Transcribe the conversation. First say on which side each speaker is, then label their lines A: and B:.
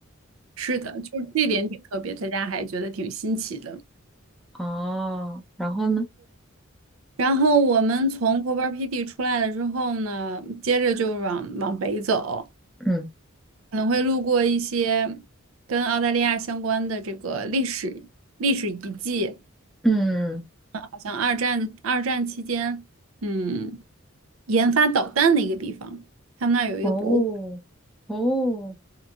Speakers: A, on the right; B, in the centre.
A: 是的，就是这点挺特别，大家还觉得挺新奇的。
B: 哦，然后呢？
A: 然后我们从 c o o p e 出来了之后呢，接着就往往北走，
B: 嗯
A: 可能会路过一些跟澳大利亚相关的这个历史历史遗迹，
B: 嗯，
A: 好像二战二战期间，嗯，研发导弹的一个地方，他们那儿有一个博物馆，
B: 哦哦，